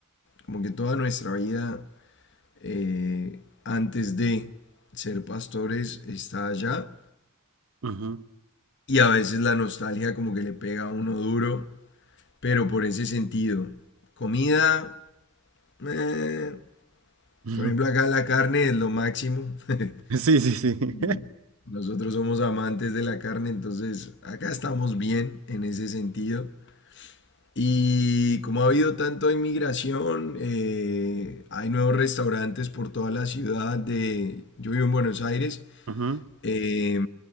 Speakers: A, on the left; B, on the right.
A: Como que toda nuestra vida eh, antes de ser pastores está allá.
B: ujú,
A: Y a veces la nostalgia como que le pega a uno duro, pero por ese sentido. Comida, eh,
B: ujú.
A: por ejemplo acá la carne es lo máximo. <laughs>
B: <laughs> Sí, sí, sí. <laughs>
A: Y Nosotros somos amantes de la carne, entonces acá estamos bien en ese sentido. Y como ha habido tanta inmigración, eh, hay nuevos restaurantes por toda la ciudad de, yo vivo en Buenos Aires,
B: Ujú.
A: eh,